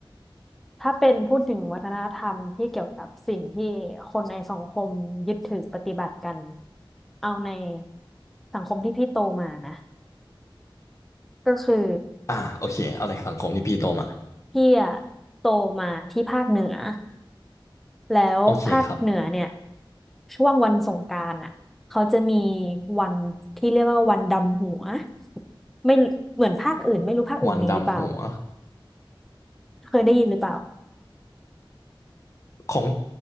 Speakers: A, in the centre; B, on the left (about 35°).
A: ถ้าเป็นพูดถึงวัฒนธรรมที่เกี่ยวกับสิ่งที่คนในสังคมยึดถือปฏิบัติกันเอาในสังคมที่พี่โตมานะก็คือ
B: อ่าโอเคเอาในสังคมที่พี่โตมา
A: พี่อะโตมาที่ภาคเหนือแล้วภาคเหนือเนี่ย
B: โอเคครับ
A: ช่วงวันสงกรานต์อ่ะเขาจะมีวันที่เรียกว่าวันดำหัวไม่เหมือนภาคอื่นไม่รู้ภาคอื่นมีหรือเปล่า
B: วันดำหัว
A: เคยได้ยินหรือเปล่า
B: ของ